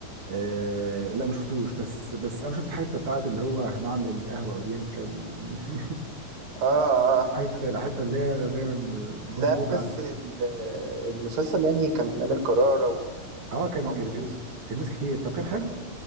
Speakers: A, on the right; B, on the right.
A: آه لا ما شفتوش بس بس انا شفت حته بتاعت اللي هو هنعمل قهوه اورينتال <laughs>
B: اه آه.
A: الحته
B: <laughs>
A: الحته اللي هي دايما مشهوره
B: لا بس
A: عنها
B: ال- المسلسل يعني كان أمير كرارة
A: اه كان
B: وعمرو
A: كان كان
B: يوسف
A: كان ناس كتير طب كان حلو